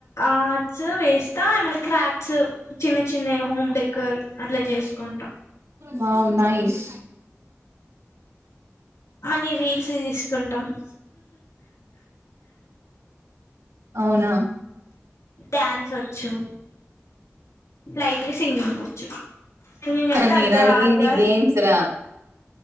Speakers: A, on the left; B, on the right.
A: ఆట్స్ వేస్తా ఏమన్నా క్రాప్ట్స్ చిన్న చిన్న హోమ్ డెకర అట్లా చేసుకుంటా
B: వావ్ నైస్
A: మళ్ళీ రీల్స్ తీసుకుంటాం <inaudible>
B: అవునా
A: డ్యాన్స్ వచ్చు లై సింగింగ్ వచ్చు సింగింగ్ అంటే
B: నేను
A: అంత
B: అడిగింది
A: రాదుగా
B: గేమ్స్ రా